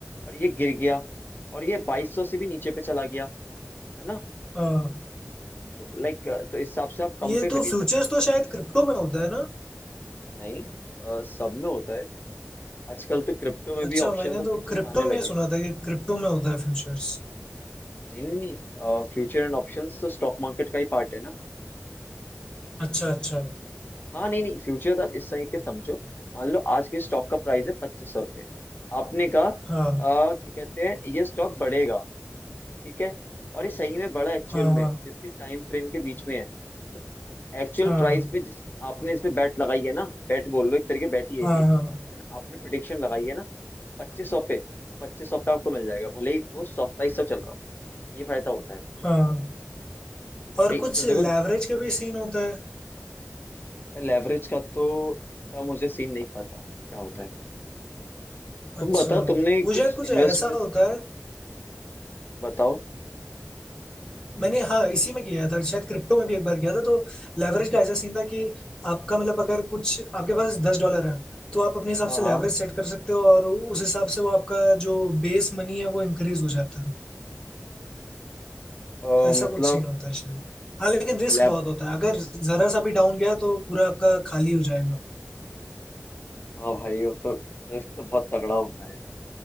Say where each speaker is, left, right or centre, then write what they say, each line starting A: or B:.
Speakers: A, on the left; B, on the left.
A: और ये गिर गया और ये बाईस सौ से भी नीचे पे चला गया है ना
B: हाँ
A: तो लाइक तो इस हिसाब से आप कम
B: ये
A: पे
B: तो
A: खरीद
B: फ्यूचर्स
A: सकते हो
B: तो शायद क्रिप्टो में होता है ना
A: नहीं अ, सब में होता है आजकल तो क्रिप्टो में
B: अच्छा
A: भी ऑप्शंस
B: मैंने
A: और फ्यूचर्स
B: तो क्रिप्टो
A: आने लगे
B: में सुना
A: हैं
B: था कि क्रिप्टो में होता है फ्यूचर्स
A: नहीं नहीं नहीं फ्यूचर एंड ऑप्शंस तो स्टॉक मार्केट का ही पार्ट है ना
B: अच्छा अच्छा
A: हाँ नहीं नहीं फ्यूचर आप इस तरीके से समझो मान लो आज के स्टॉक का प्राइस है पच्चीस सौ रुपये आपने कहा अ,
B: हाँ
A: क्या कहते हैं ये स्टॉक बढ़ेगा ठीक है और ये सही में बढ़ा एक्चुअल
B: हाँ
A: में
B: हाँ
A: जितनी टाइम फ्रेम के बीच में है तो एक्चुअल
B: हाँ
A: प्राइस पे जिस आपने इस पे बैट लगाई है ना बैट बोल लो एक तरीके बैट ही है
B: हाँ
A: ये भी
B: हाँ
A: है ना आपने प्रिडिक्शन लगाई है ना पच्चीस सौ पे तो पच्चीस सौ पे आपको मिल जाएगा भले ही वो सत्ताईस सौ चल रहा हो ये फायदा होता है
B: हाँ और
A: भाई
B: कुछ
A: फिर
B: लेवरेज
A: देखो
B: का भी सीन होता है
A: लेवरेज का तो इतना मुझे सीन नहीं पता क्या होता है तुम
B: अच्छा
A: बताओ तुमने कुछ
B: वो शायद कुछ
A: इन्वेस्टमेंट
B: ऐसा होता है
A: बताओ
B: मैंने हाँ इसी में किया था शायद क्रिप्टो में भी एक बार किया था तो लेवरेज का ऐसा सीन था कि आपका मतलब अगर कुछ आपके पास दस डॉलर है तो आप अपने हिसाब
A: हाँ
B: से लेवरेज
A: हाँ
B: सेट कर सकते हो और उस हिसाब से वो आपका जो बेस मनी है वो इंक्रीज हो जाता है
A: अ,
B: ऐसा
A: मतलब
B: कुछ सीन होता है शायद हाँ लेकिन रिस्क
A: लेव
B: बहुत होता है अगर जरा सा भी डाउन गया तो पूरा आपका खाली हो जाएगा
A: हाँ भाई वो तो रिस्क तो बहुत तगड़ा होता है